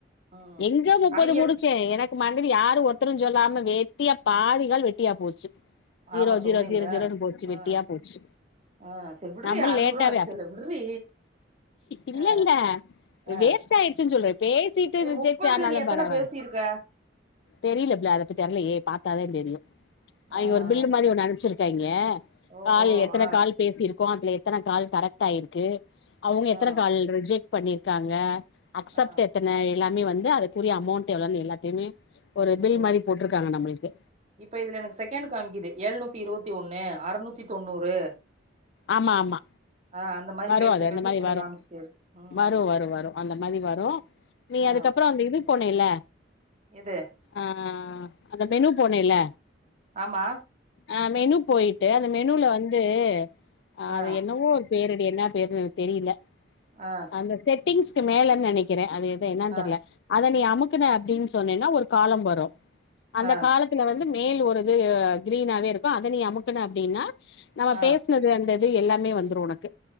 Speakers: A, on the right; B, on the left.
A: ம்
B: எங்க முப்பது
A: அவிங்க
B: முடிச்சே எனக்கு இந்த மாதிரி யாரும் ஒருத்தரும் சொல்லாம வெட்டியா பாதி கால் வெட்டியா போச்சு ஜிரோ
A: ஆமா
B: ஜிரோ
A: சொன்னேல்ல
B: ஜிரோ ஜிரோன்னு போச்சு
A: ஆ
B: வெட்டியா போச்சு
A: ஆ சரி விட்றி
B: நம்ம
A: அறுநூறு
B: லேட்டாவே
A: ரூபா அடிச்சல்ல விட்றி
B: இல்ல
A: ஆ
B: இல்ல
A: ஆ
B: வேஸ்ட் ஆயிடுச்சுன்னு சொல்லு பேசிட்டு
A: ஏ
B: ரிஜெக்ட்
A: முப்பதுல
B: ஆனாலும்
A: நீ எத்தன
B: பரவால
A: பேசிருக்க
B: தெரியல பிள அதபத் தெரிலையே போய் பாத்தா தான் தெரியும் அவுங்க
A: ஆ
B: ஒரு
A: ஆ
B: பில்லு மாதிரி ஒண்ணு அனுப்ச்சிருக்காங்க
A: ஓஹோ
B: கால் எத்தன
A: ஆ
B: கால் பேசிருக்கோம் அதுல எத்தன கால் கரெக்ட்டா இருக்கு அவுங்க
A: ஆ
B: எத்தன கால் ரிஜெக்ட் பண்ணிருக்காங்க அக்சப்ட்
A: ஆ
B: எத்தன எல்லாமே வந்து அதுக்குரிய அமௌண்ட் எவ்ளோன்னு எல்லாத்தையுமே ஒரு பில்
A: ஓ
B: மாரி போட்ருக்காங்க நம்மளுக்கு
A: இப்ப இதுல எனக்கு செகண்ட் காமிக்குது எழுநூத்தி இருவது த்தி ஒண்ணு அறுநூத்தி தொண்ணூறு
B: ஆமா ஆமா
A: ஆ அந்த மாரி
B: பரவாயில
A: பேச பேச
B: அந்த மாரி
A: கீழ
B: வரும்
A: காமிச்சுட்டே இருக்கு ம்
B: வரும் வரும் வரும் அந்த மாரி வரும்
A: ம்
B: நீ
A: ஆ
B: அதுக்கப்புறோ அந்த இது போனேல்ல
A: எது
B: ஆஹ் ஆஹ் அந்த மெனு போனேல்ல
A: ஆமா
B: அஹ் மெனு போயிட்டு அந்த மெனுல வந்து ஆஹ்
A: ஆ
B: அது என்னவோ ஒரு பேருடி என்ன பேருனு எனக்கு தெரியல
A: ஆ
B: அந்த செட்டிங்ஸ் அதுக்கு மேலன்னு நெனைக்கிற அது இது என்னானு
A: ஆ
B: தெரில அத நீ அமுக்கன அப்படின் சொன்னன்னா ஒரு காலம் வரு அந்த
A: ஆ
B: காலத்துல வந்து மேல் ஒரு இது கிரீனாவே இருக்கும் அத நீ அமுக்குன அப்படின்னா நம்ம
A: ஆ
B: பேசினது அந்த இது எல்லாமே வந்துரும் உனக்கு